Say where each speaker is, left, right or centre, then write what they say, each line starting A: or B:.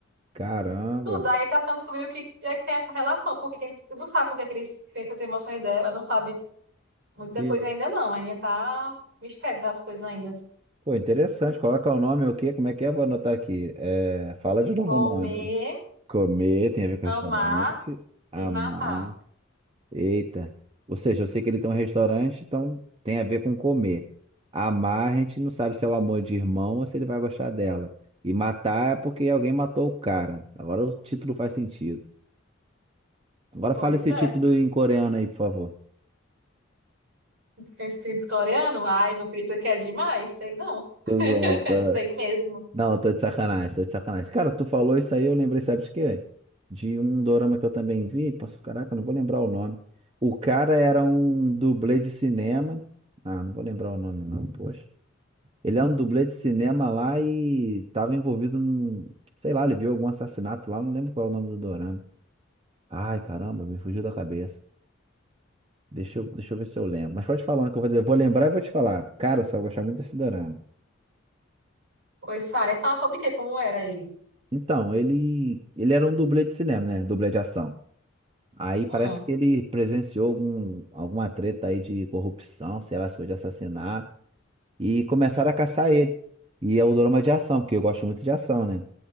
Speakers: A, on the right (about 25°); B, on the right (about 70°).
A: Caramba.
B: Tudo. Aí ele tá tentando descobrir o que é que tem essa relação, porque que ele não sabe por que que ele sente as emoções dela, não sabe Muita
A: Que...
B: coisa ainda não, ainda tá mistério das coisas ainda.
A: Pô, interessante. Coloca o nome, o quê? Como é que é? Vou anotar aqui. É... Fala de novo
B: Comer,
A: o nome. Comer tem a ver com
B: amar
A: restaurante. Amar.
B: e matar.
A: Eita. Ou seja, eu sei que ele tem um restaurante, então tem a ver com comer. Amar, a gente não sabe se é o amor de irmão ou se ele vai gostar dela. E matar é porque alguém matou o cara. Agora o título faz sentido. Agora
B: Pois
A: fala esse
B: é.
A: título em coreano aí, por favor.
B: Instinto coreano? Ai, meu filho, isso aqui é demais. Sei não. <laughs>
A: Tô zoando, tá?
B: Sei mesmo.
A: Não, tô de sacanagem, tô de sacanagem. Cara, tu falou isso aí, eu lembrei, sabe de quê? De um dorama que eu também vi. Posso, caraca, não vou lembrar o nome. O cara era um dublê de cinema. Ah, não vou lembrar o nome, não, poxa. Ele é um dublê de cinema lá e tava envolvido num. Sei lá, ele viu algum assassinato lá, não lembro qual é o nome do dorama. Ai, caramba, me fugiu da cabeça. Deixa eu, deixa eu ver se eu lembro. Mas pode falar um que eu vou, eu vou lembrar e vou te falar. Cara, você vai gostar muito desse dorama.
B: Pois, Sara, fala sobre o quê? Como era ele?
A: Então, ele, ele era um dublê de cinema, né? Dublê de ação. Aí
B: Hum,
A: parece que ele presenciou algum, alguma treta aí de corrupção, sei lá se foi de assassinato, e começaram a caçar ele. E é o drama de ação, porque eu gosto muito de ação, né?